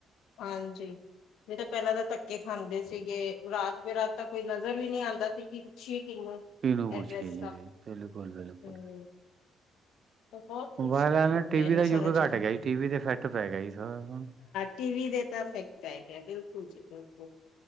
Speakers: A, on the left (about 85°); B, on the right (about 50°).
A: ਹਾਂਜੀ। ਨਈ ਤੇ ਪੈਲਾਂ ਤਾਂ ਧੱਕੇ ਖਾਂਦੇ ਸੀਗੇ, ਰਾਤ ਬੇ ਰਾਤ ਤਾਂ ਕੋਈ ਨਜਰ ਵੀ ਨੀ ਆਂਦਾ ਸੀ ਕਿ ਪੁੱਛੀਏ ਕਿਨੂੰ।
B: ਕਿਨੂੰ ਪੁੱਛ
A: ਐਡਰੈਸ
B: ਕੇ ਆਈਏ
A: ਦਾ
B: ਜੀ ਬਿਲਕੁਲ-ਬਿਲਕੁਲ।
A: ਹੂੰ। ਬਹੁਤ ਕੁਛ
B: ਮੋਬਾਇਲ
A: ਸੋਚ
B: ਆਨ ਨਾਲ
A: ਹੋ ਗਿਆ
B: ਟੀ ਵੀ
A: ਇਹਨਾਂ
B: ਦਾ
A: ਸਾਰਾ
B: ਯੁੱਗ
A: ਚੀਜ਼ਾਂ
B: ਘੱਟ ਗਿਆ ਜੀ, ਟੀ ਤੇ ਇਫੈਕਟ ਪੈ ਗਿਆ ਸਾਰਾ ਹੁਨ।
A: ਟੀ ਵੀ ਦੇ ਤਾਂ ਫੈਕਟ ਪੈਗਿਆ ਬਿਲਕੁਲ ਜੀ ਬਿ ਲਕੁਲ,